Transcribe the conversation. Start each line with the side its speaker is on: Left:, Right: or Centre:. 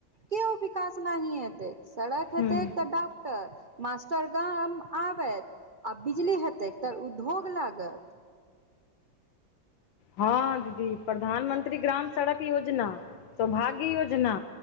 Right: केओ विकास नहि हेतै, सड़क
Left: हूँ
Right: हेतै। डाॅक्टर, मास्टर गाम आबै आ बिजली हेतै तऽ उ धोग लागल।
Left: हां दीदी प्रधानमंत्री ग्राम सड़क योजना, सौभाग्य योजना